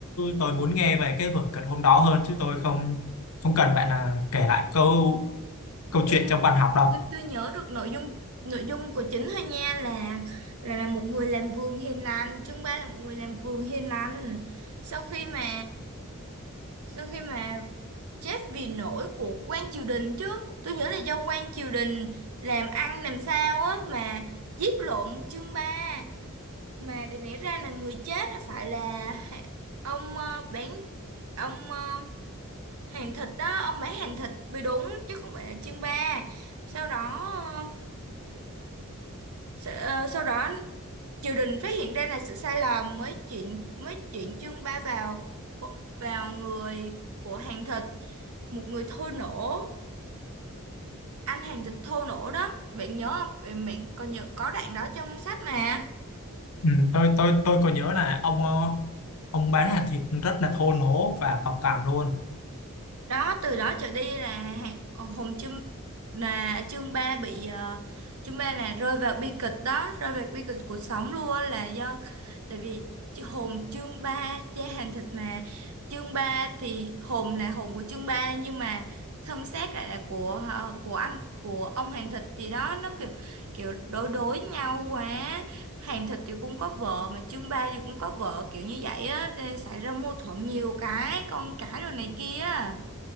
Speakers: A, on the left; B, on the right.
A: tôi muốn nghe về cái vở kịch hôm đó hơn chứ tôi không không cần bạn là kể lại câu câu
B: tôi
A: chuyện trong văn học đâu
B: tôi tôi nhớ được nội dung nội dung của chính thôi nha là là là một người làm vườn hiền lành chương ba là một người làm vườn hiền lành sau khi mà sau khi mà chết vì lỗi của quan triều đình chứ tôi nhớ là do quan triều đình làm ăn làm sao á mà giết lộn chương ba mà để nảy ra là người chết là phải là hạ- ông ờ, bán ông ờ, hàng thịt đó ông bán hàng thịt mới đúng chứ không phải là chương ba sau đó ờ, sa- ờ, sau đó triều đình phát hiện ra là sự sai lầm mới chuyển mới chuyển chương ba vào vào người của hàng thịt một người thô nổ anh hàng thịt thô nổ đó bạn nhớ không bạn bạn còn nhớ có đoạn đó trong sách mà
A: ừ, tôi tôi tôi có nhớ là ông ờ, ông bán hạt thịt rất là thô lỗ và cọc cằn luôn
B: đó từ đó trở đi là Hà- ờ, Hùng Trương là chương ba bị uh, chương ba là rơi vào bi kịch đó rơi vào bi kịch cuộc sống luôn á, là do tại vì chứ Hùng chương ba cha hàng thịt mà chương ba thì Hùng là Hùng của chương ba nhưng mà thân xác lại là của ờ, của anh của ông hàng thịt thì đó nó kiểu kiểu đối đối nhau quá hàng thịt thì cũng có vợ mà chương ba thì cũng có vợ kiểu như vậy á cho nên xảy ra mâu thuẫn nhiều cái con cái rồi này kia á